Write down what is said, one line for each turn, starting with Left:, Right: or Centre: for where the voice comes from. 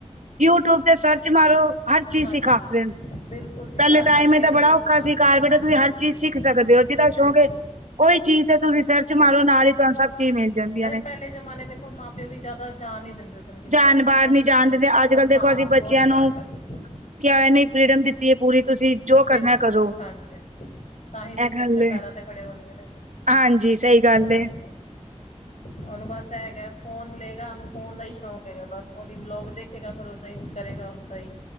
Right: ਯੂਟਿਊਬ ਤੇ ਸਰਚ ਮਾਰੋ, ਹਰ ਚੀਜ਼
Left: ਹਾਂਜੀ
Right: ਸਿਖਾਦੇ ਨੇ।
Left: ਬਿਲਕੁਲ ਜੀ
Right: ਪਹਿਲੇ
Left: ਘਰ
Right: ਟਾਈਮ
Left: ਬੈਠੇ
Right: ਇਹ ਤਾਂ
Left: ਹੀ
Right: ਬੜਾ ਔਖਾ
Left: ਨਾ
Right: ਸੀ, ਘਰ ਬੈਠੇ ਤੁਸੀਂ
Left: ਹਾਂਜੀ
Right: ਹਰ ਚੀਜ਼
Left: ਹਾਂਜੀ
Right: ਸਿੱਖ ਸਕਦੇ ਹੋ। ਜਿੱਦਾ
Left: ਬਿਲਕੁਲ
Right: ਸ਼ੌਕ ਹੈ ਉਹੀ ਚੀਜ਼ ਤੇ ਤੁਸੀਂ ਰਿਸਰਚਰ ਮਾਰੋ ਨਾਲ ਹੀ ਤੁਹਾਨੂੰ
Left: ਬਿਲਕੁਲ
Right: ਸਭ ਚੀਜ਼ ਮਿਲ ਜਾਂਦੀਆਂ
Left: ਵੈਸੇ
Right: ਨੇ
Left: ਪਹਿਲੇ ਜਮਾਨੇ ਦੇਖੋ ਮਾਂ ਪਿਓ ਵੀ ਜ਼ਿਆਦਾ ਜਾਣ ਨੀ ਦਿੰਦੇ ਸਨ ਕਿਧਰੇ
Right: ਜਾਣ
Left: ਵੀ, ਹਨਾ
Right: ਬਾਹਰ ਨੀ
Left: ਜੀ।
Right: ਜਾਣ ਦਿੰਦੇ ਅੱਜ ਕੱਲ੍ਹ ਦੇਖੋ
Left: ਹਾਂ
Right: ਅਸੀਂ
Left: ਬਹੁਤ
Right: ਬੱਚਿਆਂ ਨੂੰ
Left: ਘੱਟ।
Right: ਕਿਆ ਇਹਨੇ ਫਰੀਡਮ ਦਿੱਤੀ ਹੈ ਪੂਰੀ ਤੁਸੀਂ ਜੋ ਕਰਨਾ
Left: ਬਿਲਕੁਲ,
Right: ਕਰੋ
Left: ਹਾਂਜੀ- ਹਾਂਜੀ! ਤਾਂ ਹੀ ਬੱਚੇ
Right: ਇਹ ਗੱਲ
Left: ਆਪਣੇ
Right: ਏ
Left: ਪੈਰਾਂ ਤੇ ਖੜੇ ਹੋਣਗੇ ਨਾ ਜੀ,
Right: ਹਾਂਜੀ ਸਹੀ ਗੱਲ
Left: ਹਾਂਜੀ
Right: ਏ
Left: ਉਹਨੂੰ ਬਸ ਹੈਗਾ, ਫੋਨ ਲਏਗਾ ਉਹਨੂੰ ਫੋਨ ਦਾ ਹੀ ਸ਼ੌਕ ਹੈਗਾ ਬਸ ਓਹਦੀ ਬਲੋਗ ਦੇਖੇਗਾ ਫੇਰ ਓਹਦਾਂ ਹੀ ਕਰੇਗਾ ਓਹਦਾ ਹੀ